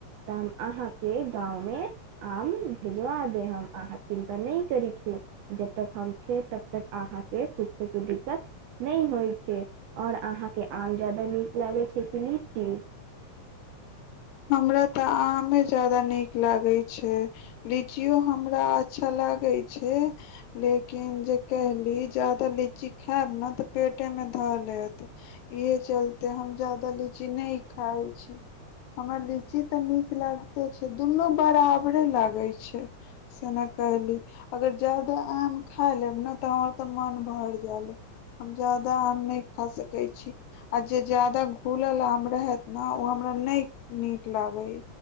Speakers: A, on the right (about 75°); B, on the left (about 80°).
A: त अहाँ के गांव मे आम भेजवा दे हम अहाँ चिन्ता नहि करै छी जबतक हम छै तबतक अहाँ के कुछो के दिक्कत नहि होइ छै और अहाँ के आम जादा नीक खती न लीची
B: हमरा तऽ आमे जादा नीक लागे छै ब लिचियो हमरा अच्छा लागे छै लेकिन जे कहली जादा लीची लीची खायब ने तऽ पेटे मे धऽ हत इहे चलते हम जाददा लीची नहि खााय छी हमरा लीची तऽ न लागते छै दुनू बराबरे लागे छै से ने कहली अगर जदाा आम खा लेब ने तऽ हमर तऽ मन भर जाल हम जदाा आम नहि खा सकै छी आ जे जादाा घुलल आम रहत ने ओ हमरा नहि नीक लागे